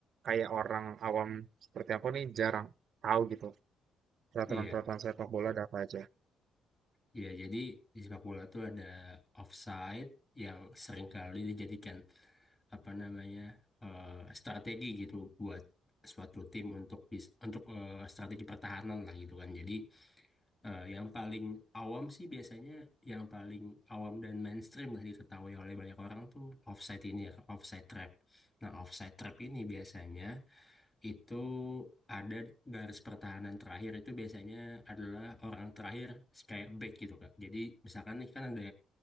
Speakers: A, on the right; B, on the left.
A: kayak orang awam seperti aku nih jarang tahu gitu. Peraturan-peraturan
B: Iya,
A: sepak bola ada apa aja?
B: iya. Jadi di sepak bola tuh ada offside yang seringkali dijadikan apa namanya eh, strategi gitu buat suatu tim untuk bis- untuk eh, strategi pertahanan lah gitu kan. Jadi Eh, yang paling awam sih biasanya yang paling awam dan mainstream lah diketahui oleh banyak orang tuh offside ini ya, offside trap. Nah, offside trap ini biasanya itu ada garis pertahanan terakhir itu biasanya adalah orang terakhir kayak back gitu Kak. Jadi misalkan nih kan ada